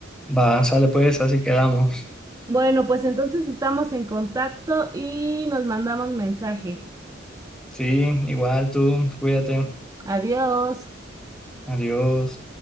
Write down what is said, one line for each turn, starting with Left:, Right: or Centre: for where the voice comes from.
Centre: Va, sale pues, así quedamos.
Right: Bueno, pues entonces estamos en contacto y nos mandamos mensaje.
Centre: Sí, igual tú, cuídate.
Right: Adiós.
Centre: Adiós.